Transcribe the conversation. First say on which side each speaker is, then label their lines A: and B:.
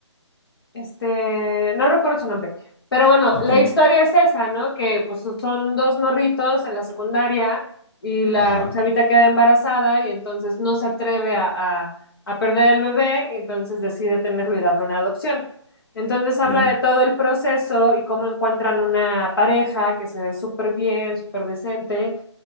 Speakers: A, on the left; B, on the left.
A: Este, no recuerdo su nombre, pero bueno,
B: Ok.
A: la historia es esa, ¿no? Que pues so, son dos morritos en la secundaria y la
B: Ajá.
A: chavita queda embarazada y entonces no se atreve a, a- a perder el bebé y entonces decide tenerlo y darle una adopción. Entonces habla
B: Ok.
A: de todo el proceso y cómo encuentran una pareja que se ve súper bien, súper decente